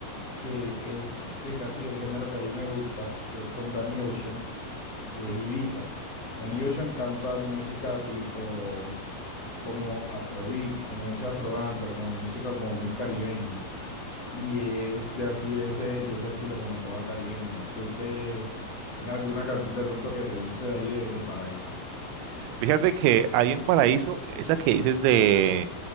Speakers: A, on the left; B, on the right.
A: que es de casi del género que a mí me gusta, que es con Danny Ocean que es Ibiza. Danny Ocean canta música tipo como afrobeat, como ese afrodancer, como música como muy caribeña. Y es de así, de ese, de ese estilo, como toda caribeña. ¿Tú qué? ¿Tienes alguna canción de pronto que te guste de ahí de, de Paraíso?
B: Fíjate que ahí en Paraíso, esa que dices de